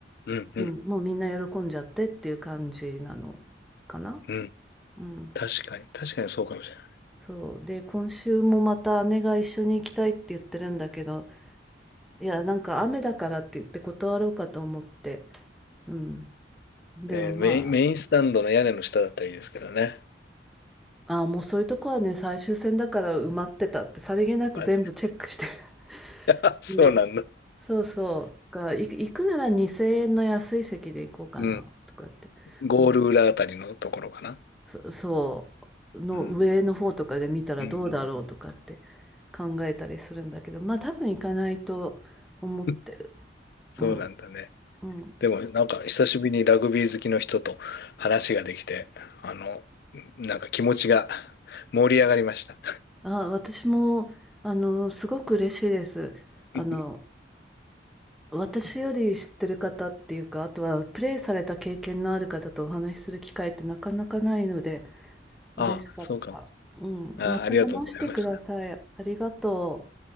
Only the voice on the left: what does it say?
うん。うん。
うん
確かに、確かにそうかもしれない。
えーメイン、メインスタンドの屋根の下だったらいいですけどね。
まあ
<laughs> そうなんだ。
うん。
ゴール裏あたりのところかな。
うん。うん。うん
<laughs> そうなんだね。
でも、なんか、久しぶりにラグビー好きの人と話ができて、あの、なんか気持ちが盛り上がりました。
<laughs>
ああ、
そうかも。
ああ、
ありがとうございました。